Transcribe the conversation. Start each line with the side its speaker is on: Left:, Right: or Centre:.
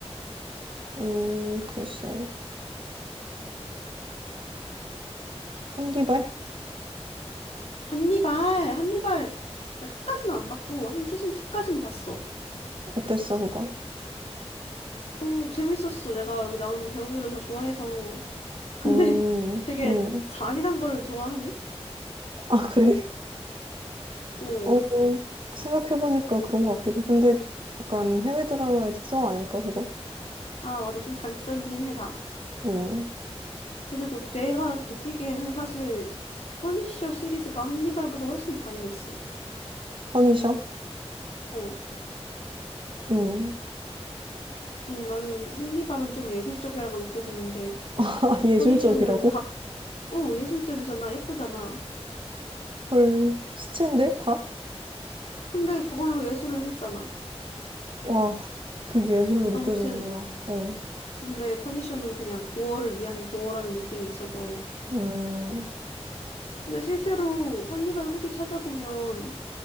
Right: 음, 글쎄. 한디발?
Left: 한니발, 한니발. 나 끝까지는 안 봤고, 한 시즌 2까진 봤어.
Right: 어땠어, 그거?
Left: 어, 재밌었어. 내가 여기 나오는 배우들을 다 좋아해서. 근데
Right: 음,
Left: <laughs> 되게
Right: 음.
Left: 잔인한 걸 좋아하네?
Right: 아, 그래?
Left: 어.
Right: 어, 생각해보니까 그런 것 같기도. 근데 약간 해외 드라마의 특성 아닐까, 그거?
Left: 아, 맞아. 좀 자극적이긴 해, 다.
Right: 음,
Left: 그리고 내가 느끼기에는 사실 퍼니셔 시리즈가 한니발보다 훨씬 잔인했어.
Right: 퍼니셔?
Left: 어.
Right: 음.
Left: 응, 나는 한니발은 좀 예술적이라고 느껴졌는데,
Right: <laughs> 아, 예술적이라고?
Left: 퍼니셔는 각, 어, 예술적이잖아. 예쁘잖아.
Right: 헐, 시체인데? 다?
Left: 근데 그걸로 예술을 해놨잖아.
Right: 와, 그게 예술로 느껴지는구나.
Left: 아무튼.
Right: 어,
Left: 근데 퍼니셔는 그냥 고어를 위한 고어라는 느낌이 있어서.
Right: 음,
Left: 근데 실제로 한니발 후기 찾아보면